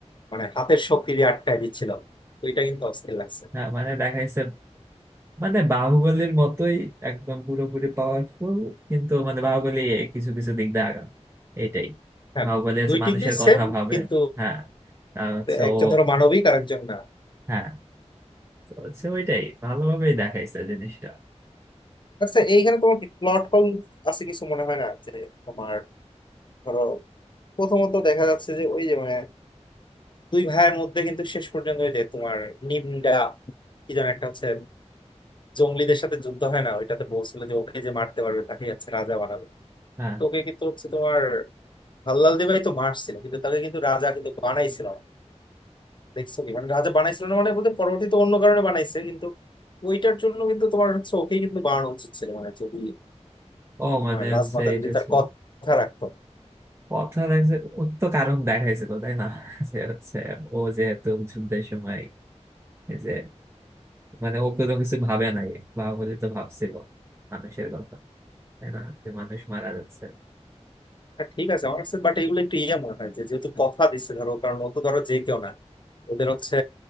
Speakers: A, on the left (about 40°); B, on the right (about 20°).
A: মানে হাতের শক্তি দিয়ে আটকায় দিচ্ছিল তো এটা কিন্তু অস্থির লাগছে
B: হ্যাঁ মানে দেখাইছে মানে বাহুবলীর মতোই একদম পুরোপুরি পাওয়ারফুল কিন্তু মানে বাহুবলী কিছু কিছু দিক দিয়ে আগাম এইটাই
A: হ্যাঁ
B: বাহুবলী হচ্ছে
A: দুই দিক
B: মানুষের
A: দিয়ে
B: কথা
A: সেম
B: ভাবে
A: কিন্তু
B: হ্যাঁ আর হচ্ছে
A: একজন
B: ও
A: ধরো মানবিক আর একজন না
B: হ্যাঁ তো হচ্ছে ওইটাই ভালোভাবেই দেখাইছে জিনিসটা
A: আচ্ছা এইখানে তোমার প্লট হোল আছে কিছু মনে হয় না যে তোমার ধরো প্রথমত দেখা যাচ্ছে যে ওই যে মানে দুই ভাইয়ের মধ্যে কিন্তু শেষ পর্যন্ত ওই যে তোমার নিমডা কি যেন একটা হচ্ছে জঙ্গলিদের সাথে যুদ্ধ হয় না ওইটাতে বলছিল যে ওকে যে মারতে পারবে তাকে হচ্ছে রাজা বানাবে
B: হ্যাঁ
A: তো ওকে কিন্তু হচ্ছে তোমার হাল্লাল দেবাই তো মারছিল কিন্তু তাকে কিন্তু রাজা কিন্তু বানাইছিল না দেখছো কি মানে রাজা বানাইছিল না মানে বলতে পরবর্তীতে অন্য কারণে বানাইছে কিন্তু ওইটার জন্য কিন্তু তোমার হচ্ছে ওকেই কিন্তু বানানো উচিত ছিল মানে যদি
B: ও
A: তোমার
B: মানে হচ্ছে
A: রাজমাতা
B: এটা
A: যদি তার
B: ছিল
A: কথা রাখতো
B: কথা দেখছে ওর তো কারণ দেখাইছিল তাই না <laughs> যে হচ্ছে ও যেহেতু যুদ্ধের সময় এই যে মানে ও কোনো কিছু ভাবে নাই বাহুবলী তো ভাবছিল মানুষের কথা তাই না যে মানুষ মারা যাচ্ছে
A: হ্যাঁ, ঠিক আছে আমার কাছে বাট এগুলো একটু ইয়ে মনে হয় যে যেহেতু কথা দিচ্ছে ধরো কারণ ও তো ধরো যে কেউ না ওদের হচ্ছে